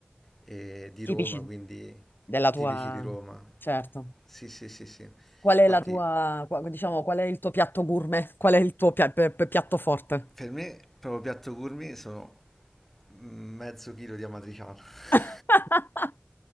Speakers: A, in the centre; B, on the left.
A: eh, di
B: tipici
A: Roma, quindi
B: della tua...
A: tipici di Roma.
B: Certo.
A: Sì, sì, sì, sì.
B: Qual
A: Infatti,
B: è la tua, qua- diciamo, qual è il tuo piatto gourmet? Qual è il tuo pia- pe- pe- piatto forte?
A: per me, proprio piatto gourmet sono mezzo chilo di amatriciano. <laughs>
B: <laughs>